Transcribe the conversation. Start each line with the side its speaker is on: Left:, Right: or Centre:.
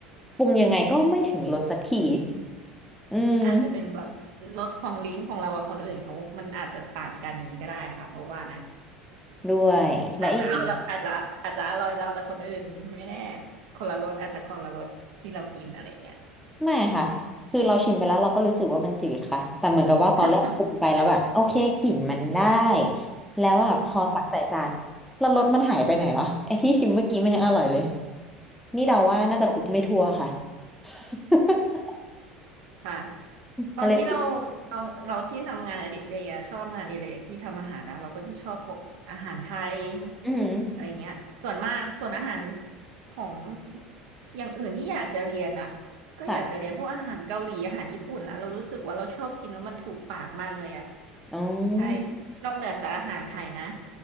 Centre: ปรุงยังไงก็ไม่ถึงรสสักทีอืม
Right: อาจจะเป็นแบบรสของลิ้นของเรากับคนอื่นเขามันอาจจะต่างกันอย่างนี้ก็ได้ค่ะเพราะว่านะ
Centre: ด้วยและอีก
Right: อาจจะเอาละอาจจะอาจจะอร่อยเราแต่คนอื่นไม่แน่คนละรสอาจจะคนละรสที่เรากินอะไรอย่างเงี้ย
Centre: ไม่ค่ะคือเราชิมไปแล้วเราก็รู้สึกว่ามันจืดค่ะแต่เหมือนกับว่าตอนแรกกินไปแล้วแบบโอเคกลิ่นมันได้
Right: <laughs>
Centre: แล้วแบบพอตักใส่จาน
Right: อืม
Centre: แล้วรสมันหายไปไหนอ่ะไอ้ที่ชิมเมื่อกี้มันยังอร่อยเลยนี่เดาว่าน่าจะคลุกไม่ทั่วค่ะ <laughs>
Right: ค่ะตอนที่เรา
Centre: ก็เลยติด
Right: เราเราที่ทำงานอดิเรกอะชอบงานอดิเรกที่ทำอาหารนะเราก็จะชอบพวกอาหารไทย
Centre: อือหือ
Right: อะไรเงี้ยส่วนมากส่วนอาหารของอย่างอื่นที่อยากจะเรียนอะก็อยากจะเรียนพวกอาหารเกาหลีอาหารญี่ปุ่นอะเรารู้สึกว่าเราชอบกินแล้วมันถูกปากมากเลยอะ
Centre: ค่ะอ๋อ
Right: ใช่นอกเหนือจากอาหารไทยนะ